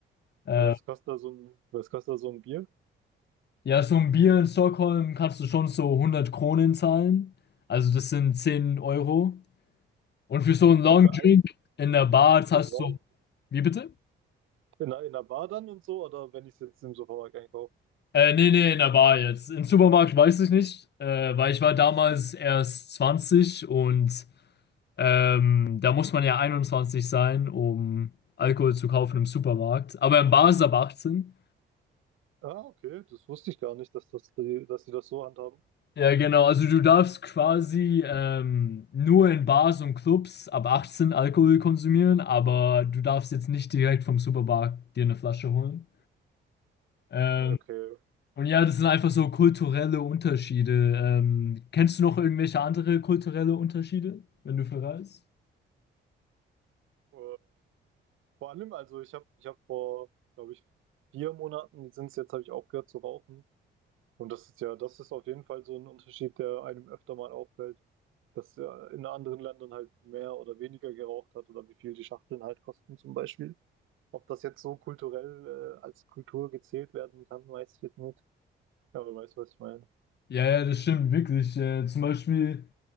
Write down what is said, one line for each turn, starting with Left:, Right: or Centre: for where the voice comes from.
Left: Äh,
Right: Was kostet da so ein, was kostet da so ein Bier?
Left: ja, so ein Bier in Stockholm kannst du schon so 100 Kronen zahlen. Also das sind 10 Euro. Und für so einen Long
Right: Für
Left: Drink
Right: einen,
Left: in der Bar zahlst
Right: für drau
Left: du... Wie bitte?
Right: in einer, in einer Bar dann und so, oder wenn ich es jetzt im Supermarkt einkaufe?
Left: Äh, nee, nee, in der Bar jetzt. Im Supermarkt weiß ich nicht, äh, weil ich war damals erst 20 und Ähm, da muss man ja 21 sein, um Alkohol zu kaufen im Supermarkt. Aber in Bars ab 18.
Right: Ah, okay, das wusste ich gar nicht, dass das die, dass die das so handhaben.
Left: Ja, genau. Also du darfst quasi ähm, nur in Bars und Clubs ab 18 Alkohol konsumieren, aber du darfst jetzt nicht direkt vom Supermarkt dir eine Flasche holen. Ähm,
Right: Okay.
Left: und ja, das sind einfach so kulturelle Unterschiede. Ähm, kennst du noch irgendwelche andere kulturelle Unterschiede, wenn du verreist?
Right: Äh, vor allem, also ich habe ich hab vor, glaube ich, vier Monaten sind es jetzt, habe ich aufgehört zu rauchen. Und das ist ja, das ist auf jeden Fall so ein Unterschied, der einem öfter mal auffällt, dass ja in anderen Ländern halt mehr oder weniger geraucht hat oder wie viel die Schachteln halt kosten zum Beispiel. Ob das jetzt so kulturell äh, als Kultur gezählt werden kann, weiß ich jetzt nicht. Aber du weißt, was ich meine.
Left: Ja, ja, das stimmt wirklich. Äh, zum Beispiel.